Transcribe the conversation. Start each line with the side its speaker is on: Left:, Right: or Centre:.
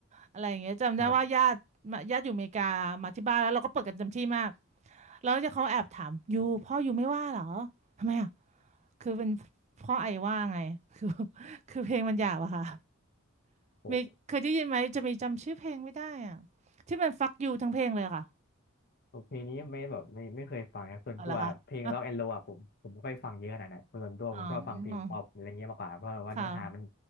Right: อะไรอย่างเงี้ยจำได้ว่าญาติมาญาติอยู่อเมริกามาที่บ้านแล้วเราก็เปิดกันเต็มที่มาก
Left: ครับ
Right: แล้วจะเขาแอบถามยูพ่อยูไม่ว่าเหรอทำไมอ่ะคือเป็นพ่อไอว่าไงคือคือเพลงมันหยาบอะค่ะ
Left: โห
Right: มีเคยได้ยินไหมจะมีจำชื่อเพลงไม่ได้อ่ะที่มันฟักยูทั้งเพลงเลยค่ะ
Left: เพลงนี้ไม่แบบไม่ไม่เคยฟังนะส่วนตัวเพลงร็อกแอนด์โรอะผมผมไม่ค่อยฟังเยอะขนาดนั้นส่วนตัวผมชอบฟังเพลงป๊อปอะไรเงี้ยมากกว่าเพราะว่าเนื้อหามัน
Right: เอาละค่ะอ๋อค่ะ